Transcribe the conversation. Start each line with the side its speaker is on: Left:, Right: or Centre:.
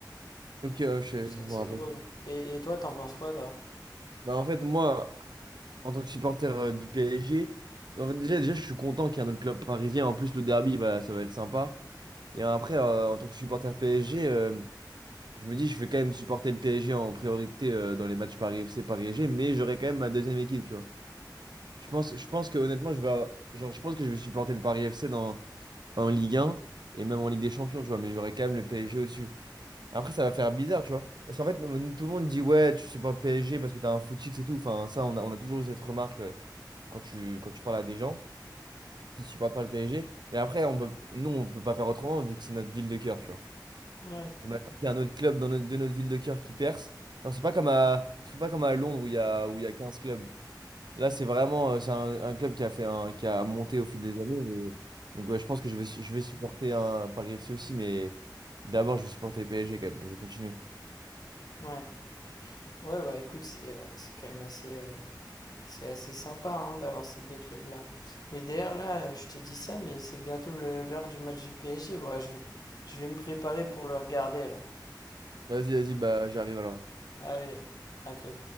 Right: ok, ouais, je,
Left: Donc c'est
Right: je
Left: assez
Right: me rappelle.
Left: drôle. Et, et toi, t'en penses quoi, toi?
Right: Bah, en fait, moi, en tant que supporter euh, du PSG, en fait, déjà, déjà, je suis content qu'il y ait un autre club parisien. En plus, le derby, bah, ça va être sympa. Et après, euh, en tant que supporter PSG, euh, je me dis, je vais quand même supporter le PSG en priorité euh, dans les matchs Paris FC, Paris SG, mais j'aurai quand même ma deuxième équipe, tu vois. Je pense, je pense que, honnêtement, je vais, avoir- genre, je pense que je vais supporter le Paris FC dans, en Ligue 1 et même en Ligue des Champions, tu vois, mais j'aurai quand même le PSG au-dessus. Après, ça va faire bizarre, tu vois. Parce qu'en fait, nous- tout le monde dit, ouais, tu supportes PSG parce que t'as un footix et tout. Enfin, ça, on a, on a toujours eu cette remarque euh, quand tu, quand tu parles à des gens qui supportent pas le PSG. Mais après, on peut, nous, on peut pas faire autrement vu que c'est notre ville de cœur, tu vois.
Left: Ouais,
Right: Et maintenant qu'il y a un autre club dans notre- de notre ville de cœur qui perce, alors c'est pas comme à, c'est pas comme à Londres où il y a, où il y a 15 clubs. Là, c'est vraiment, euh, c'est un, un club qui a fait un, qui a monté au fil des années. mais- Donc, ouais, je pense que je vais, su- je vais supporter un Paris FC aussi, mais d'abord, je vais supporter PSG quand même. Je vais continuer.
Left: ouais. Ouais, bah écoute, c'est euh, c'est quand même assez, euh, c'est assez sympa hein, d'avoir ces deux clubs-là. Mais d'ailleurs, là, euh, je te dis ça, mais c'est bientôt le- l'heure du match du PSG. Bon, ouais, je vais, je vais me préparer pour le regarder, là.
Right: Vas-y, vas-y, bah j'arrive alors.
Left: Allez, à toi.